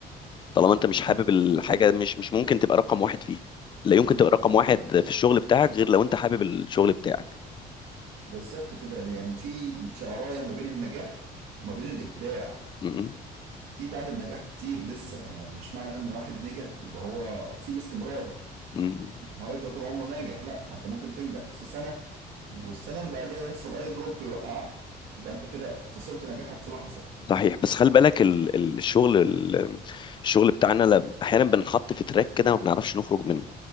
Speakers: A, on the left; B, on the right.
A: طالما انت مش حابب
B: الناس
A: الحاجه
B: كتير كده.
A: مش مش ممكن تبقى رقم واحد فيها لا يمكن
B: مستحيل
A: تبقى رقم واحد في الشغل بتاعك غير لو انت حابب الشغل بتاعك
B: بالظبط كده يعني في شعراية ما بين النجاح وما بين الإبداع
A: م- م-
B: في بعد النجاح كتير لسه يعني مش معنى ان الواحد نجح يبقى هو في الاستمرار
A: م-
B: هو هيفضل طول عمره ناجح لا ما انت ممكن تنجح في سنة والسنة اللي بعديها يحصل أي دروب يوقعك يبقى أنت كده خسرت نجاحك في لحظة
A: صحيح بس خلي بالك ال- ال- الشغل ال- الشغل بتاعنا لا- احيانا بنحط في تراك كده ما بنعرفش نخرج منه